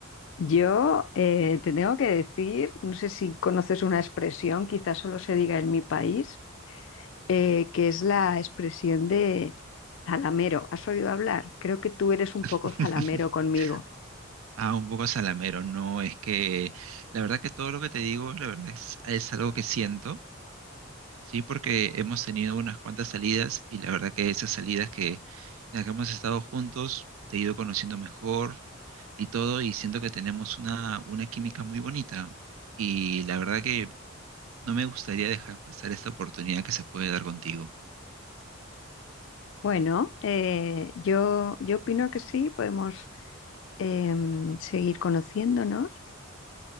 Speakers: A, on the left; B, on the right.
A: Yo eh, te tengo que decir, no sé si conoces una expresión, quizás solo se diga en mi país, eh, que es la expresión de zalamero. ¿Has oído hablar? Creo que tú eres un
B: <laughs>
A: poco zalamero conmigo.
B: ah, un poco salamero, no, es que la verdad que todo lo que te digo, la verdad es, es algo que siento. Sí, porque hemos tenido unas cuantas salidas y la verdad que esas salidas que en las que hemos estado juntos, te he ido conociendo mejor y todo, y siento que tenemos una, una química muy bonita. Y la verdad que no me gustaría dejar pasar esta oportunidad que se puede dar contigo.
A: Bueno, eh, yo, yo opino que sí, podemos em, seguir conociéndonos,